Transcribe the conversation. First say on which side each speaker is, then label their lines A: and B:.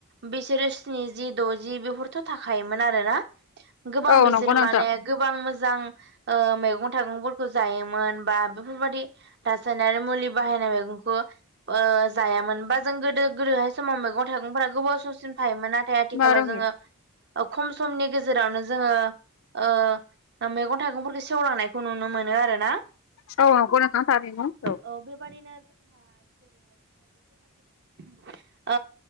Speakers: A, on the right; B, on the left.
A: बिसोरो स्निजि द'जि बेफोरथ' थाखायोमोन आरो ना गोबां
B: औ
A: बिसोर
B: नंगौ नोंथां
A: माने गोबां मोजां ओ मैगं थाइगंफोरखौ जायोमोन बा बेफोरबादि रासायनारि मुलि बाहायनाय मैगंखौ ओ जायामोन बा जों गोदो गोदोहाय समाव मैगं थाइगंफोरा गोबाव समसिम थायोमोन नाथाय आथिखालाव
B: मा रोंगौ
A: जोङो ओ खम समनि गेजेरावनो जोङो ओ मैगं थाइगंफोरखौ सेवलांनाय खौ नुनो मोनो आरोना।
B: औ <inaudible> बुं
A: औ बेबादिनो जोंहा जेरैहाय जोङो बेफोरबादि